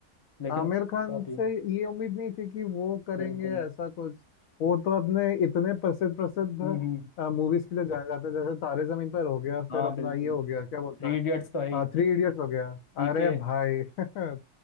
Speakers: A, on the left (about 25°); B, on the left (about 70°).
A: लेकिन
B: आमिर खान
A: कॉपी
B: से ये उम्मीद नहीं थी कि वो करेंगे
A: बिल्कुल
B: ऐसा कुछ वो तो अपने इतने प्रसिद्ध प्रसिद्ध
A: हम्म हम्म
B: मूवीज के लिए जाने जाते हैं जैसे तारे जमीन पर हो गया फिर
A: हाँ
B: अपना
A: बिल्कुल
B: ये हो गया क्या बोलता
A: थ्री इडियट्स तो है ही
B: है थ्री इडियट्स हो गया
A: पीके
B: अरे भाई <laughs>